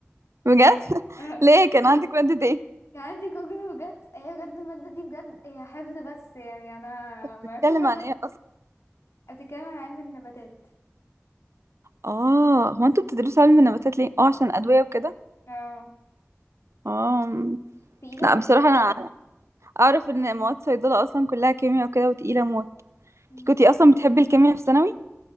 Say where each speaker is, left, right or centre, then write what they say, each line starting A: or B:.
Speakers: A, on the right (about 65°); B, on the left (about 65°).
A: بجد <laughs>
B: <laughs>
A: ليه كان عندك ماده ايه
B: كان عندي كوجني بجد هي بجد المادة دي بجد هي حفظ بس يعني انا ما
A: بتتكلم
B: عرفتش اعمل
A: عن ايه اصلا
B: بتتكلم عن علم النباتات
A: اه هو انتوا بتدرسوا علم النباتات ليه اه عشان الادويه وكده
B: اه
A: اه م.
B: تقيلة
A: لا
B: بجد
A: بصراحه انا اعرف ان مواد صيدله اصلا كلها كيمياء وكده وتقيله موت
B: مم.
A: انتي كنتي اصلا بتحبي الكيمياء في ثانوي